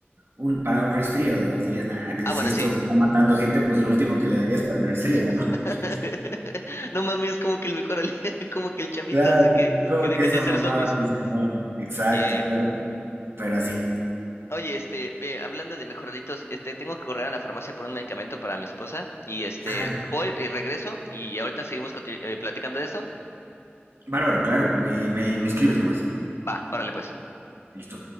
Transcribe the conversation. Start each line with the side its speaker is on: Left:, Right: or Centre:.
Right: un, para un resfrío, digamos, dirías, nada, que
Left: Ah,
Right: si
Left: bueno,
Right: esto
Left: sí.
Right: está matando gente, pues lo último que le darías para el resfrío, ¿no?
Left: <laughs>
Right: <laughs>
Left: No mames, como que el mejoralito <laughs> como que el chamito
Right: Claro,
Left: hace que,
Right: como
Left: que dejen
Right: que esa
Left: de ser
Right: mamada
Left: zombies.
Right: funcionó. Exacto,
Left: Yeah.
Right: pero, pero así.
Left: Oye, este, eh, hablando de mejoralitos, este, tengo que correr a la farmacia por un medicamento para mi esposa y este,
Right: Ah,
Left: voy y regreso y ahorita seguimos conti- eh, platicando de eso.
Right: bárbaro, claro, me, me, me escribes nomás.
Left: Va, órale pues.
Right: Listo.